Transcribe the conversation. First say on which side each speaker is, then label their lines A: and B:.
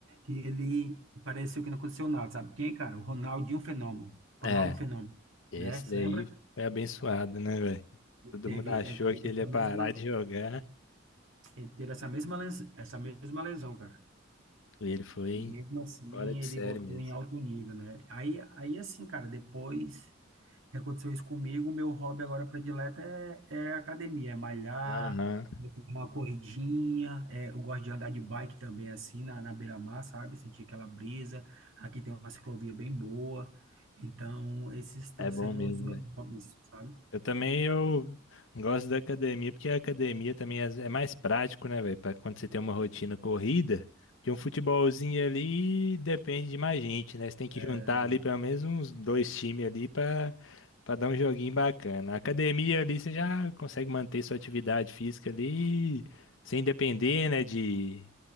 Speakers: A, on the right; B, on the left.
A: e ele pareceu que não aconteceu nada, sabe quem, cara? O Ronaldinho Fenômeno, Ronaldo
B: É,
A: Fenômeno,
B: esse
A: né? Se
B: daí
A: lembra?
B: foi abençoado, né, velho? Todo
A: Teve,
B: mundo achou
A: ele teve
B: que ele
A: essa
B: ia parar
A: mesma,
B: de jogar
A: ele teve essa mesma, les- essa mesma lesão, cara.
B: e ele foi
A: E mesmo assim,
B: fora de
A: ele
B: série
A: voltou
B: mesmo.
A: em alto nível, né? Aí, aí assim, cara, depois. que aconteceu isso comigo, meu hobby agora predileto é, é academia, é malhar,
B: Aham,
A: é ter uma corridinha, é, eu gosto de andar de bike também, assim, na, na beira-mar, sabe? Sentir aquela brisa, aqui tem uma ciclovia bem boa, então esses estão
B: é bom
A: sendo
B: mesmo,
A: os meus
B: velho.
A: hobbies, sabe?
B: Eu também eu gosto da academia, porque a academia também é é mais prático, né, velho? Para quando você tem uma rotina corrida, que um futebolzinho ali depende de mais gente, né? Você tem que
A: É,
B: juntar ali pelo menos uns dois times ali para para dar um joguinho bacana. A academia ali você já consegue manter sua atividade física ali sem depender, né, de